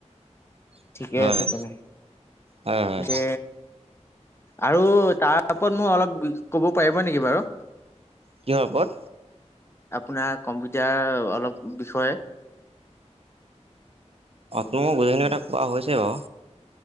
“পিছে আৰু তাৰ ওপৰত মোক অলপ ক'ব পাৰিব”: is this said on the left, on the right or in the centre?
Left